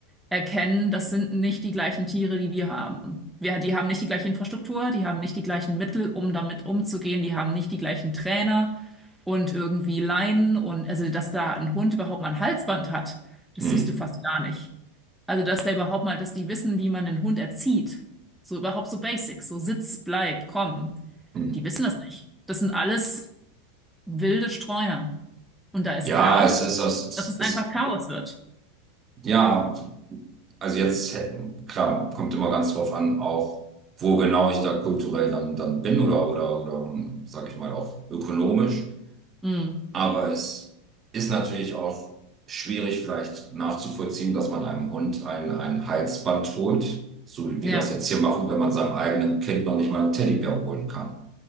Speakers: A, in the centre; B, on the right (about 30°).
A: erkennen, das sind nicht die gleichen Tiere, die wir haben. Wir, die haben nicht die gleiche Infrastruktur, die haben nicht die gleichen Mittel, um damit umzugehen, die haben nicht die gleichen Trainer und irgendwie Leinen und also, dass da ein Hund überhaupt mal ein Halsband hat, das
B: Hm.
A: siehst du fast gar nicht. Also, dass der überhaupt mal, dass die wissen, wie man einen Hund erzieht. So überhaupt so Basics, so Sitz, bleib, komm.
B: Hm.
A: Die wissen das nicht. Das sind alles wilde Streuner. Und da ist
B: Ja,
A: klar,
B: es ist, es ist,
A: dass es
B: es
A: einfach
B: ist,
A: Chaos wird.
B: ja, also jetzt, hätten- klar, kommt immer ganz drauf an, auch wo genau ich da kulturell dann, dann bin oder, oder, oder, sag ich mal, auch ökonomisch.
A: Mhm.
B: Aber es ist natürlich auch schwierig vielleicht nachzuvollziehen, dass man einem Hund ein, ein Halsband holt, so wie
A: Ja,
B: wir das jetzt hier machen, wenn man seinem eigenen Kind noch nicht mal einen Teddybär holen kann.